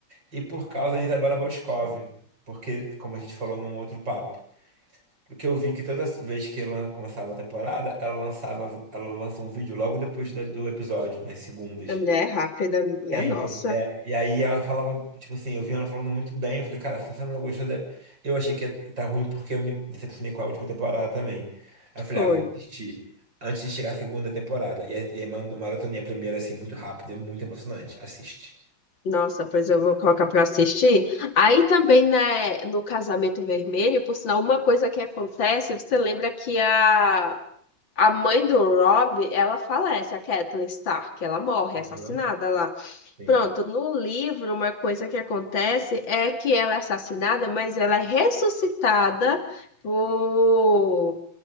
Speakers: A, on the right; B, on the left.
A: e por causa de Isabela Boscov, porque, como a gente falou num outro papo, porque eu vi que toda vez que ela começava a temporada, ela lançava, ela lança um vídeo logo depois da- do episódio, nas segundas.
B: a mulher é rápida, minha
A: Sempre,
B: nossa,
A: é. E aí ela falava, tipo assim, eu vi ela falando muito bem. Eu falei, cara, se você não gostou, deve- eu achei que ia tá ruim porque eu me decepcionei com a última temporada também. Aí eu falei,
B: foi.
A: ah, vou assistir antes de chegar a segunda temporada. E, aí- e aí man- maratonei a primeira, assim, muito rápido, é muito emocionante. Assiste.
B: Nossa, pois eu vou colocar pra assistir. Aí também, né, no Casamento Vermelho, por sinal, uma coisa que acontece, você lembra que a, a mãe do Rob, ela falece, a Catelyn Stark, ela morre,
A: Uhum.
B: é assassinada lá.
A: Sim.
B: Pronto, no livro, uma coisa que acontece é que ela é assassinada, mas ela é ressuscitada por...